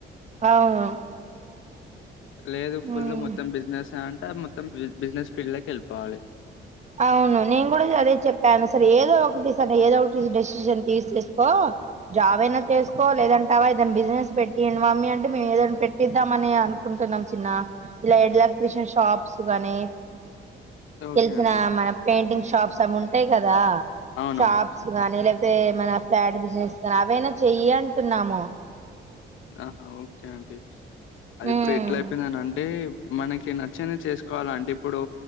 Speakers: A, on the right; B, on the left.
A: అవును
B: లేదు
A: హ్మ్.
B: ఫుల్ మొత్తం బిజినెస్ అం త మొత్తం బిజ్ బిజినెస్ ఫీల్డ్ లోకి వెళ్ళిపోవాలి
A: అవును నేను కూడా అదే చెప్పాను సర ఏదో ఒకటి ఏదో ఒకటి డెసిషన్ తీసేసుకో జాబ్ అయినా చేసుకో లేదంటవ ఏదైనా బిజినెస్ పెట్టియండి మమ్మీ అంటే మేము ఏదైనా పెట్టిద్దామని అనుకుంటున్నాం చిన్న ఇలా ఎలక్ట్రిషియన్ షాప్స్ కాని
B: ఓకే
A: విన
B: అండి.
A: మన పెయింటింగ్ షాప్స్ అమో టె కదా
B: అవునవును.
A: షాప్స్ గాని లేక్ టే మన ఫ్లాట్ బిజినెస్నీ అవైనా చెయ్యి అంటున్నాము
B: ఆహా ఓకే అంటీ అది
A: ఉమ్,
B: ఇప్పుడు ఎట్లా అయిపోయింది అని అంటే మనకి నచ్చింది చేసుకోవాల అంటే ఇప్పుడు